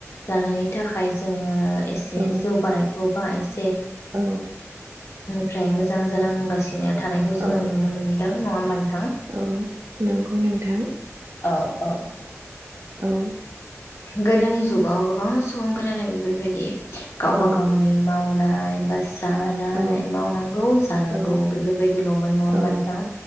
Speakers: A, on the left; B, on the right.
A: लानायनि थाखाय जोङो एसे
B: औ
A: जौगानायखौ बा एसे <unintelligible> <unintelligible>
B: औ
A: फ्राय मोजां जालांगासिनो <unintelligible> थानायखौ
B: औ
A: जोङो नुनो मोन्दों <unintelligible>
B: औ नंगौ नोंथां
A: औ औ
B: औ
A: गोदोनि जुगाव गोबां सुबुंफोरानो बेफोरबायदि गावबा
B: औ
A: गावनि मावाना बाय बास जानाय
B: औ
A: मावनांगौ जानांगौ
B: औ
A: बेफोरबायदिलमोन नङा
B: औ
A: ओमबा नोंथां